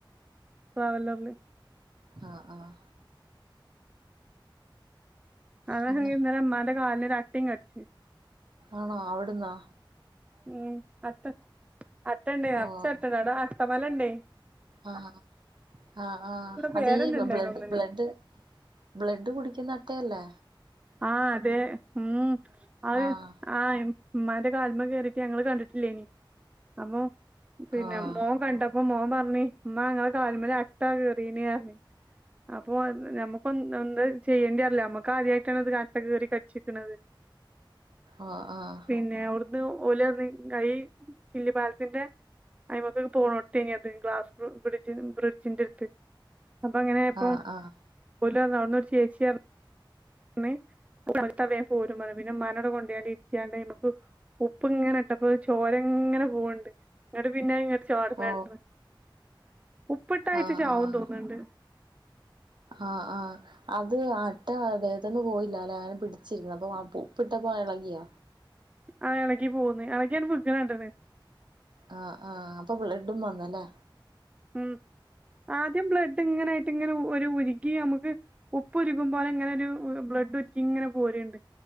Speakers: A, on the right; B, on the right.
A: ട്രാവലറില്
B: ആഹ് ആഹ്
A: എത്താന്നകി
B: പിന്നെ
A: ഇന്നലെ ഉമ്മാന്റെ കാലിന് ഒരു അട്ടേ കടിച്ച്
B: ആണോ അവിടുന്നാ
A: ഉം അട്ട അട്ടണ്ടേയ് നർച്ചട്ടണ്ട്
B: ഓഹ്
A: അവ്ടെ അട്ടമലണ്ടേയ്
B: ആഹ്. ആഹ് ആഹ്
A: പേരന്നെ
B: അതീ
A: ഇണ്ടായിന്
B: ബ്ലഡ്
A: ഒന്നിന്
B: ബ്ലഡ് ബ്ലഡ് കുടിക്കുന്നട്ടയല്ലേ
A: ആഹ് അതെ ഉം അത്
B: ആഹ്
A: ആഹ് ഇമ് മ്മാന്റെ കാൽമെ കേറീട്ട് ഞങ്ങള്ൾകണ്ടിട്ടില്ലേനി അപ്പൊ പിന്നെ
B: ആഹ്
A: മോം കണ്ടപ്പോ മോൻ പറഞ്ഞി ഉമ്മ ഇങ്ങളെ കാലിമേല് അട്ട കേറിന് റഞ്ഞ് അപ്പൊ നമുക്ക് എന്ത് ചെയ്യേണ്ടി അറില്ല നമ്മുക്ക് ആദ്യമായി അട്ട കേറി കട്ച്ചിക്കണത്
B: ആഹ് ആഹ്
A: പിന്നെ അവിടുന്ന് ഓല കൈ ചില്ലി പാലത്തിന്റെ അയിമക്ക് പോണോടുത്തേന അത് ഗ്ലാസ്ബ്രി ബ്രിഡ്ജ് ബ്രിഡ്ജിന്റെ അടുത്ത് അപ്പൊ അങ്ങനെപ്പ
B: ആഹ് ആഹ്
A: പോല അവിടന്ന് ചേച്ചിയ പിന്നെ മറ്റ പോരും പറ പിന്നെ ഉമ്മാനെ കൊണ്ടണ്ടി ഇരിക്കണ്ട അയിമ്മേക് ഉപ്പ് ഇങ്ങനെ ട്ടപ്പോയ് ചോരങ്ങനെ പോവ്ണ്ട് ന്നട്ട് പിന്നെ ഇങ്ങോട്ട് ചാടി <unintelligible>
B: ഓ
A: ഉപ്പിട്ട അയിച്ച്
B: ആഹ്
A: ചാവും
B: ആഹ്
A: തോന്നുന്നുണ്ട്
B: ആഹ് ആഹ് അത് അട്ട അദ്ദേഹത്തൊന്നു പോയില്ല അല്ലെ ആനെ പിടിച്ചിരുന്നു അപ്പൊ ഉപ്പിട്ടപ്പോ ഇളകിയാ
A: ആഹ് ഇളകി പോകന്ന് ഇളകി ബുക്ക കാട്ടണ്
B: ആഹ് ആഹ് അപ്പൊ ബ്ലഡും വന്നല്ലേ
A: ഉം ആദ്യം ബ്ലഡ് ഇങ്ങനായിട്ട് ഇങ്ങനെ ഒരു ഉരുകി നമുക്ക് ഉപ്പ് ഉരുക്കും പോലെങ്ങനെ ഒരു ബ്ലഡ് ഇങ്ങനെ പോരുണ്ട്